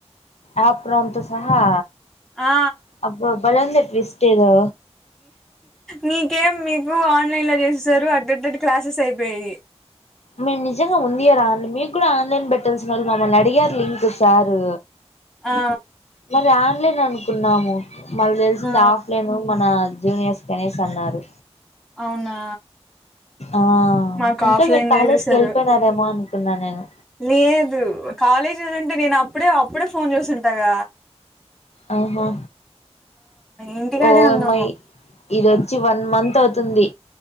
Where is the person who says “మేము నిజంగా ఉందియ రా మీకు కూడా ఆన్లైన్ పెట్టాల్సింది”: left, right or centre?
Left